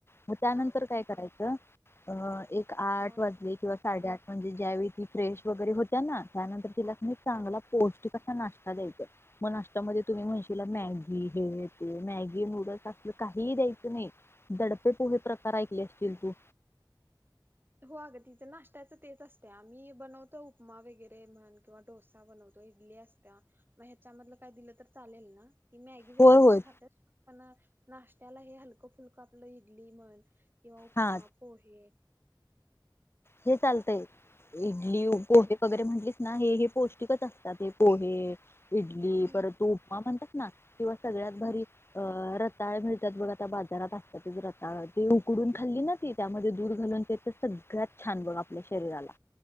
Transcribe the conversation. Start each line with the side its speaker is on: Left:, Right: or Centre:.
Left: मग त्यानंतर
Right: हा
Left: काय करायचं ह एक <unintelligible> आठ
Right: मग
Left: वाजले किंवा.. साडेआठ म्हणजे ज्यावेळी ती फ्रेश वगैरे होत्या ना? त्यानंतर.. तिला एक चांगला
Right: हा
Left: पोस्ट.. नाश्ता द्यायचाय मग नाश्त्यामध्ये तुम्ही म्हणशील.. तिला मॅगी हे ते, मॅगी नूडल्स असलं काहीही द्यायचं नाही, दडपे पोहे प्रकार ऐकले असतील तू
Right: हो अगं, तिचं नाश्त्याचं तेच असते. आम्ही बनवतो उपमा वगैरे म्हण किंवा डोसा बनवतो इडली असत्या.. मग ह्याच्यामधलं काय दिलं तर चालेल ना? ती मॅगी वगैरे
Left: होय होय
Right: ती खातत पन.. नाश्त्याला हे हलकं-फुलकं आपलं इडली म्हण.. किंवा उपमा,
Left: हा
Right: पोहे,
Left: हे चालतंय इडली
Right: ह
Left: उ पोहे.. वगैरे म्हटलीस ना हे हे पौष्टिकच असतात हे पोहे, इडली
Right: हम्म
Left: पर तू उपमा म्हणता दिव <unintelligible> सगळ्यात
Right: हम्
Left: भरी.. अं.. रताळं मिळतात बघ आता बाजारात असतातच रताळं ते उकडून खाल्ली ना ती त्यामध्ये दूध घालून ते तर सगळ्यात.. छान बघ आपल्या शरीराला